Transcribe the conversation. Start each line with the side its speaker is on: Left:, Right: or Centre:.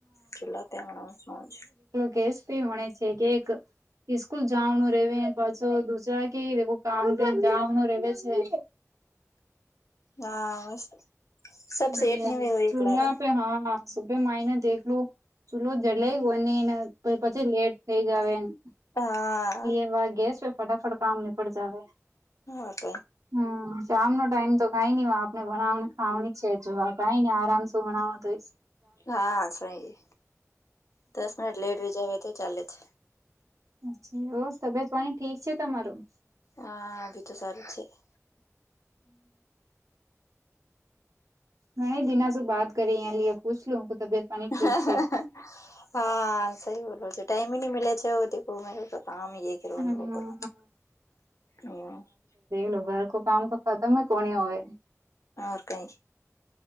Left: ચોલા પંગણ શજ <unintelligible>
Right: કેસી મળે છે કે એક <unintelligible> સ્સ્કૂલ જવાનું રે પાછો દુરા કે કામ જવાનું રે છે <unintelligible>
Left: હા <unintelligible> સબ
Right: હ
Left: સેટની વે હોય
Right: ચૂહા
Left: એકલા રે
Right: પે હા <unintelligible> સુભે મા એને દેખલું ચૂલો જલે ગને <unintelligible> પ પછી લેટ થઇ જાવ અહીં
Left: હા
Right: લ વા ગેસ ફટાફટ કામ લ <unintelligible>
Left: ઓર કઈ
Right: હમ શમનોો ટાઈમ તો કઈ નહી હોય આપણે ભણાવને ખવા <unintelligible> છે જવા ભઈ ને આરામ શું મણાવવા દઈ <unintelligible>
Left: હા સાઈ દસ મિનિટ લેટ ર જ તો ચાલે છે <unintelligible>
Right: ચછી ઓ તબિયત પાણી ઠીક છે તમારું <unintelligible>
Left: હા ભી તો સારું છે <unintelligible>
Right: ઘણી દિના શું બાત કરી અં લઈએ પૂછ લું હું તબિયત <unintelligible>
Left: હા હ <unintelligible>
Right: છે
Left: હા સહી બોલો છે ટાાઈમ હ ન મિ્યા છે દો મે તો કામે કરું
Right: હમ.
Left: કરો <unintelligible> હ <unintelligible>
Right: લો ઘર કો કામ તો ખતમ કોની હોય <unintelligible>
Left: ર કઈ <unintelligible>